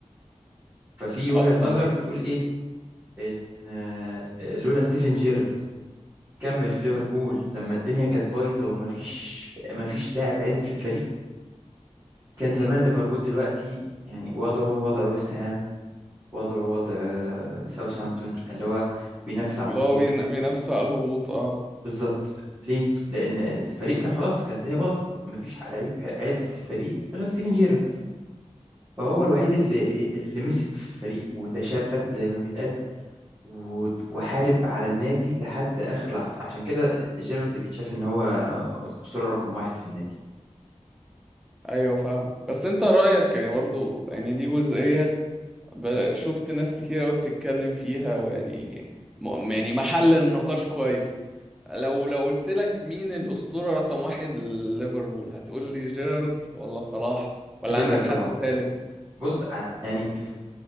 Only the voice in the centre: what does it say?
اصلا
بقى
امم
اللي
هو بين- بينافسوا على الهبوط اه
ايوه فاهمة بس انت رأيك يعني برضو يعني دي جزئية ب- شفت ناس كتير قوي بتتكلم فيها ويعني م- يعني محل النقاش كويس لو لو قلت لك مين الأسطورة رقم واحد لليفربول هتقول لي جيرارد ولا صلاح ولا
عندك
حد تالت
أه،